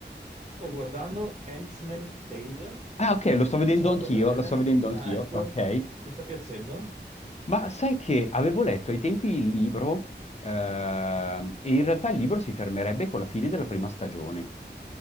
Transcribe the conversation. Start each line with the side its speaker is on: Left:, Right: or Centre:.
Right: Sto guardando Handmaid's Tale,
Left: Ah, ok,
Right: spero
Left: lo
Right: di
Left: sto
Right: pronunciarlo
Left: vedendo anch'io,
Right: bene.
Left: lo sto vedendo
Right: Ah,
Left: anch'io,
Right: ecco,
Left: ok.
Right: ti sta piacendo?
Left: Ma sai che avevo letto ai tempi il libro, ehm, e in realtà il libro si fermerebbe con la fine della prima stagione.